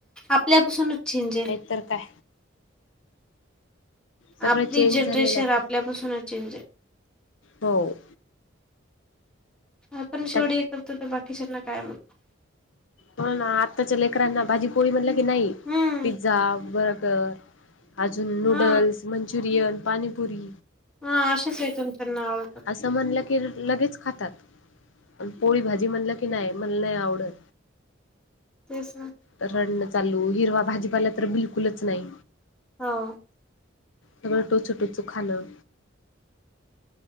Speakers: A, in the centre; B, on the left.
A: आपल्यापासूनच चेंज आहे.
B: तर काय. सगळं
A: आपली
B: चेंज
A: जनरेशन
B: झालेलं आहे
A: आपल्यापासूनच
B: आता
A: चेंज आहे.
B: हो.
A: आपण शेवटी
B: त्यात
A: करतो तर बाकीच्याांना काय म्हणतो.
B: म्हण आत्ताच्या लेकरांना भाजी पोळी म्हणलं की नाही
A: हम्म
B: पिझ्झा बर्गर अजून नूडल्स
A: हा
B: मंचुरियन पाणीपुरी
A: <unintelligible>
B: असं म्हणलं की लगेच खातात पोळी भाजी म्हणलं की नाही म्हणला नाही आवडत.
A: तेच ना.
B: तर रणण चालू हिरवा भाजीपाला तर बिलकुलच नाही.
A: हो.
B: सगळं टोचू टोचू खालं